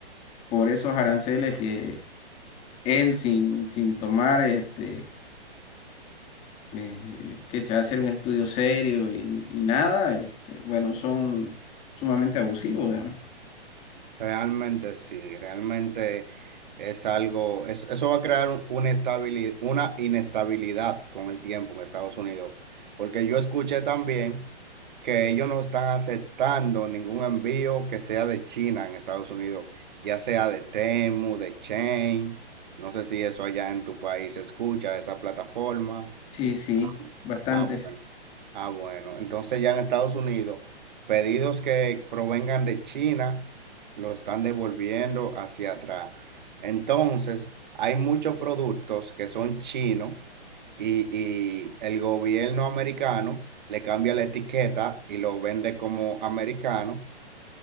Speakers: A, on the left (about 20°); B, on the right (about 45°).
A: por esos aranceles que él sin, sin tomar, este, eh, que se hacer un estudio serio y, y nada, este, bueno, son sumamente abusivos, digamos.
B: Realmente sí, realmente es algo, es- eso va a crear un- una estabili- una inestabilidad con el tiempo en Estados Unidos. Porque yo escuché también que ellos no están aceptando ningún envío que sea de China en Estados Unidos, ya sea de Temu, de Chain. No sé si eso allá en tu país se escucha, esa plataforma.
A: Sí, sí,
B: Ah,
A: bastante.
B: ah, bueno. Ah, bueno, entonces ya en Estados Unidos, pedidos que provengan de China lo están devolviendo hacia atrás. Entonces, hay muchos productos que son chinos y, y el gobierno americano le cambia la etiqueta y lo vende como americano